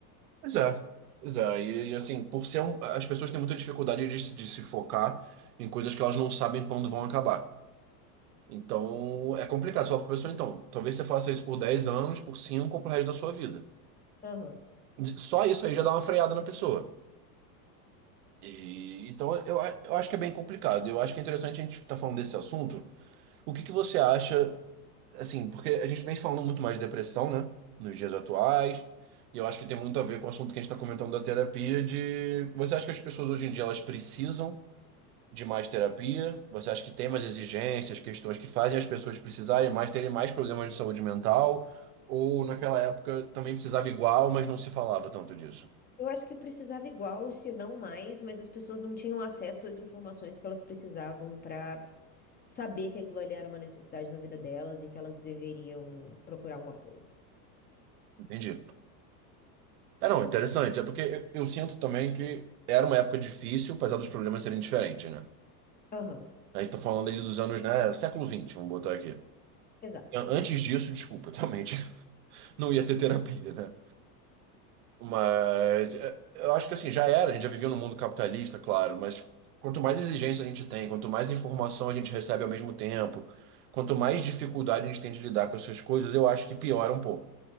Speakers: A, on the right (about 70°); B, on the left (about 20°).
A: Pois é. Pois é. E, e, assim, por ser um, as pessoas têm muita dificuldade de, se- de se focar em coisas que elas não sabem quando vão acabar. Então, é complicado. Você fala pra pessoa, então, talvez você faça isso por 10 anos, por 5 ou pro resto da sua vida.
B: Aham.
A: Só isso aí já dá uma freada na pessoa. E, então, eu, a- eu acho que é bem complicado. Eu acho que é interessante a gente estar falando desse assunto. O que que você acha, assim, porque a gente vem falando muito mais de depressão, né, nos dias atuais, e eu acho que tem muito a ver com o assunto que a gente está comentando da terapia, de você acha que as pessoas hoje em dia elas precisam de mais terapia? Você acha que tem mais exigências, questões que fazem as pessoas precisarem mais, terem mais problemas de saúde mental? Ou naquela época também precisava igual, mas não se falava tanto disso?
B: Eu acho que precisava igual, se não mais, mas as pessoas não tinham acesso às informações que elas precisavam para saber que aquilo ali era uma necessidade na vida delas e que elas deveriam procurar um apoio.
A: Entendi. É, não, interessante. É porque eu, eu sinto também que era uma época difícil, apesar dos problemas serem diferentes, né?
B: Aham,
A: A gente tá falando ali dos anos, né? Século XX, vamos botar aqui.
B: exato.
A: Antes disso, desculpa, realmente <laughs> não ia ter terapia, né? Mas é, eu acho que assim, já era, a gente já vivia num mundo capitalista, claro, mas quanto mais exigência a gente tem, quanto mais informação a gente recebe ao mesmo tempo, quanto mais dificuldade a gente tem de lidar com essas coisas, eu acho que piora um pouco.